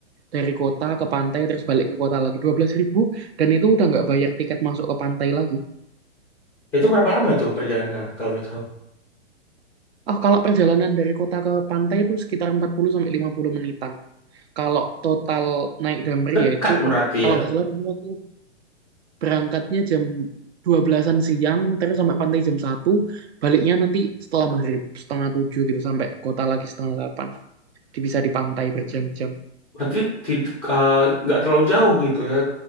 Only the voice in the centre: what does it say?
Itu berapa lama itu perjalanannya kalau boleh tahu?
Dekat
berarti
ya.
Berarti tid- eh, nggak terlalu jauh gitu ya